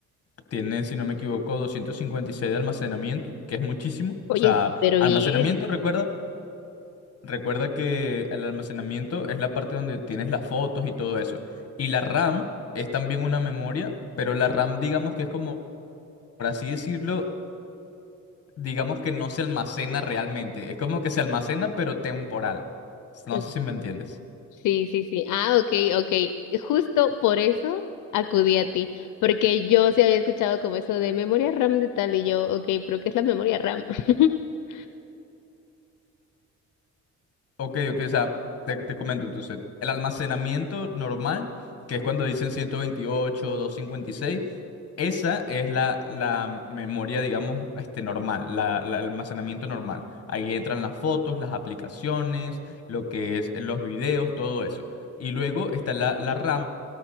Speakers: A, on the left (about 55°); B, on the left (about 80°).
A: tiene, si no me equivoco, 256 de almacenamiento, que es muchísimo.
B: Oye,
A: O sea,
B: pero
A: almacenamiento,
B: bien.
A: recuerda, Recuerda que el almacenamiento es la parte donde tienes las fotos y todo eso. Y la RAM es también una memoria, pero la RAM digamos que es como, por así decirlo, digamos que no se almacena realmente. Es como que se almacena pero temporal. No
B: Ok,
A: sé si me entiendes.
B: Sí, sí, sí. Ah, ok, ok. Justo por eso acudí a ti, porque yo sí había escuchado como eso de memoria RAM de tal y yo, ok, pero ¿qué es la memoria RAM? <laughs>
A: Ok, ok, o sea, te, te comento entonces, el almacenamiento normal, que es cuando dicen 128, 256, esa es la, la memoria, digamos, este, normal, la, la- el almacenamiento normal. Ahí entran las fotos, las aplicaciones, lo que es los videos, todo eso. Y luego está la, la RAM,